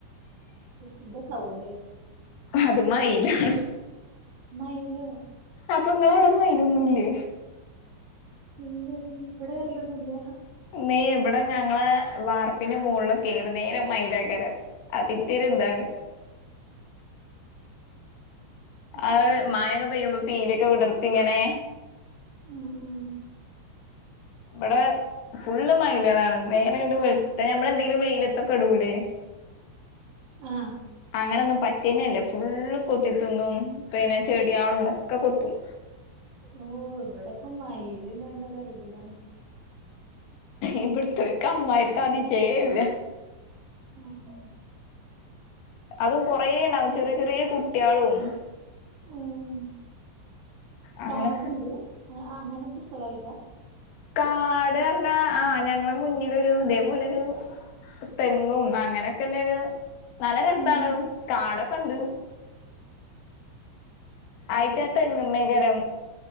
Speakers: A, on the right (about 60°); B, on the left (about 80°).
A: എന്ത സൗണ്ട്?
B: അത് മയിലാണ്
A: മയിലോ
B: അപ്പൊങ്ങളവ്ടെ മൈലൊന്നുംല്ലേ
A: ഇല്ലടി ഇവിടെ വരലൊന്നുംല്ല
B: മ്മേ ഇവിടെ ഞങ്ങളെ വാർപ്പിന്റെ മോള്ളൊക്കെ ഏതു നേരം മൈലേക്കാരം അതിന്റെര്താണ് അത്
A: ശരി
B: മായൊക്കെ പെയ്യുമ്പോ പീലിയൊക്കെ വിടർത്തിങ്ങനെ
A: ഉം ഉം
B: ഇവടെ ഫുള്ള് മയിലാളാണ് നേരങ്ങട്ട് വെള്ത്തന ഞമ്മളെന്തെങ്കിലും വെയിലത്തൊക്കെ ഇടൂലേ
A: ആ
B: അങ്ങനൊന്നും പറ്റ റ്റന്നെല്ല ഫുള്ള് കൊത്തി തിന്നും പിന്നെ ചെടിയാളും ഒക്കെ കൊത്തും
A: ഓ ഇവിടൊക്കെ മയിയില്ന്ന് പറയ്ണതൊരത്ഭുതാണ്
B: ഇവിടുത്തോൽക്ക്‌ അമ്മായിര്ത്തെ അതിശയേല്ല
A: <inaudible>
B: അതും കൊറേ ണ്ടാവും ചെറി ചെറീ കുട്ട്യാളും
A: ഉം
B: അങ്ങനെ
A: കാടുണ്ട്? അങ്ങനത്തെ സ്ഥലായിട്ടാ?
B: കാട് പറഞ്ഞാ ആ ഞങ്ങളെ മുന്നിലൊരു ഇതേപോലൊരു തെങ്ങും അങ്ങനെയൊക്കെല്ലരു നല്ല രസാണ്
A: ഉം
B: കാടൊക്കെണ്ട് ആയിറ്റാ തെങ്ങ്മ്മേക്കാരം